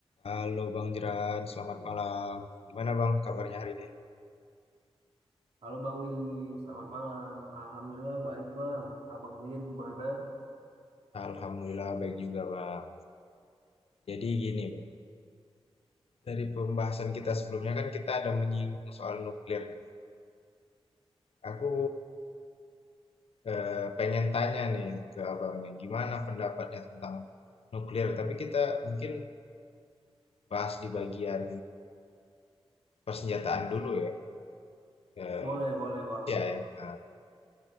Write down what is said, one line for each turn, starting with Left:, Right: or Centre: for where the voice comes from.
Left: Halo Bang Jeran, selamat malam. Gimana Bang kabarnya hari ini?
Right: Halo Bang Willy, selamat malam. Alhamdulillah baik Bang. Abang sendiri gimana?
Left: Alhamdulillah baik juga Bang. Jadi gini Bang, dari pembahasan kita sebelumnya kan kita ada menyinggung soal nuklir. kan? Aku eh, pengen tanya nih ke Abangnya, gimana pendapatnya tentang nuklir? Tapi kita mungkin bahas di bagian persenjataan dulu ya. Eh,
Right: Boleh, boleh Bang.
Left: ya, ya. Nah,